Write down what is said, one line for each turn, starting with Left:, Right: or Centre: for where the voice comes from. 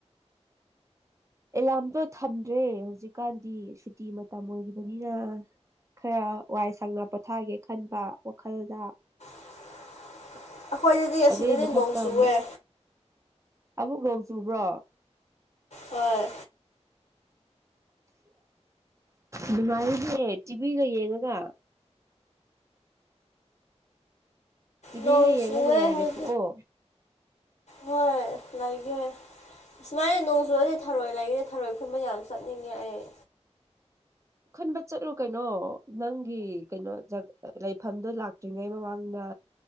Right: ꯑꯦꯂꯥꯔꯝꯗꯣ ꯊꯝꯗ꯭ꯔꯦ ꯍꯧꯖꯤꯛꯀꯥꯟꯗꯤ ꯁꯨꯇꯤ ꯃꯇꯝ ꯑꯣꯏꯔꯤꯕꯅꯤꯅ ꯈꯔ ꯋꯥꯏ ꯁꯪꯅ ꯄꯣꯊꯥꯒꯦ ꯈꯟꯕ ꯋꯥꯈꯜꯗ
Left: <unintelligible> ꯑꯩꯈꯣꯏꯗꯗꯤ ꯑꯁꯤꯗꯗꯤ
Right: ꯑꯗꯨꯏ ꯃꯊꯛꯇ
Left: ꯅꯣꯡ ꯆꯨꯑꯦ
Right: ꯑꯃꯨꯛ ꯑꯃꯨꯛ ꯂꯧ ꯆꯨꯕ꯭ꯔꯣ
Left: ꯍꯣꯏ
Right: ꯅꯨꯡꯉꯥꯏꯁꯦ ꯇꯤꯚꯤꯒ ꯌꯦꯡꯉꯒ ꯇꯤꯚꯤꯒ
Left: ꯅ
Right: ꯌꯦꯡꯉ
Left: ꯁꯋꯦ
Right: ꯅꯨꯡꯉꯥꯏ
Left: ꯍꯧ
Right: ꯂꯩꯊꯣꯛꯑꯣ
Left: ꯍꯣꯏ ꯂ ꯑꯦ ꯁꯨꯃꯥꯏꯅ ꯅꯣꯡ ꯆꯨꯗꯗꯤ ꯊꯔꯣꯏ ꯂꯩꯒꯦ ꯊꯔꯣꯏ ꯈꯨꯟꯕ ꯌꯥꯝ ꯆꯠꯅꯤꯡꯉꯦ ꯑꯩ
Right: ꯈꯨꯟꯕ ꯆꯠꯂꯨ ꯀꯩꯅꯣ ꯅꯪꯒꯤ ꯀꯩꯅꯣꯖ ꯂꯩꯐꯝꯗꯣ ꯂꯥꯛꯇ꯭ꯔꯤꯉꯩ ꯃꯃꯥꯡꯗ